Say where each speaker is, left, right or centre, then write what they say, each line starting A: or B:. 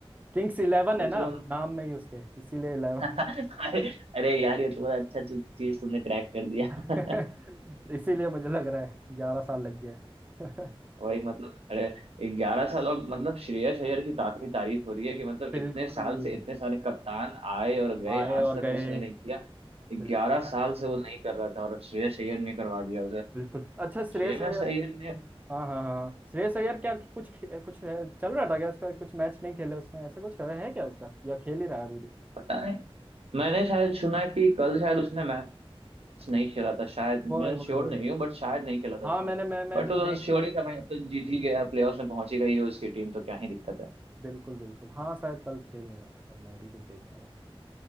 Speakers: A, on the right; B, on the right.
A: किंग्स इलेवन
B: सोच
A: है ना
B: रहे हो ना
A: नाम में ही उसके इसीलिए इलेवन
B: <laughs> अरे अरे यार ये तो बड़ा अच्छा चीज तुमने क्रैक कर दिया
A: <laughs>
B: <laughs>
A: इसीलिए मुझे लग रहा है ग्यारह साल लग गए <laughs>
B: वही मतलब अरे ग्यारह साल और मतलब श्रेयस अय्यर की काफी तारीफ हो रही है कि मतलब
A: बिल्कुल
B: इतने साल से इतने सारे कप्तान आए और गए
A: आए
B: आज
A: और
B: तक
A: गए
B: उसने नहीं किया
A: बिल-
B: ग्यारह साल से वो नहीं कर रहा था और श्रेयस अय्यर ने करवा दिया उसे
A: बिल्कुल अच्छा श्रेयस
B: श्रेयस
A: अय्यर
B: अय्यर ने
A: हाँ हाँ हाँ श्रेयस अय्यर क्या कुछ खे- कुछ है, चल रहा था क्या उसका कुछ मैच नहीं खेले उसने ऐसा कुछ है, है क्या उसका या खेल ही रहा है अभी भी
B: पता नहीं मैंने शायद सुना है कि कल शायद उसने मैच नहीं खेला था शायद
A: वही
B: मैं
A: वही
B: श्योर
A: वही
B: नहीं हूँ बट शायद नहीं खेला था
A: हाँ
B: उसने
A: मैंने मैं मैं
B: बट
A: जब
B: वो
A: देख
B: श्योर ही था भाई अब तो जीत ही गया प्लेऑफ्स में पहुंची गई है उसकी टीम तो क्या ही दिक्कत है
A: बिल्कुल बिल्कुल हाँ शायद कल खेल नहीं रहा था पर मैं भी कुछ देख रहा था